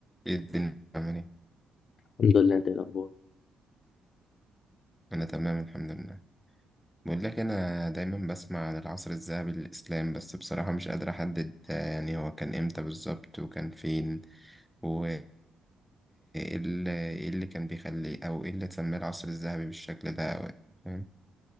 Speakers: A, in the centre; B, on the left.
A: ايه الدنيا عامل ايه؟
B: الحمد لله انت ايه الاخبار
A: انا تمام الحمد لله بقول لك انا دايما بسمع عن العصر الذهبي للاسلام بس بصراحة مش قادر احدد آه، يعني هو كان امتى بالظبط وكان فين وايه اللي إيه اللي كان بيخليه او ايه اللي تسميه العصر الذهبي بالشكل ده أو إيه، فاهم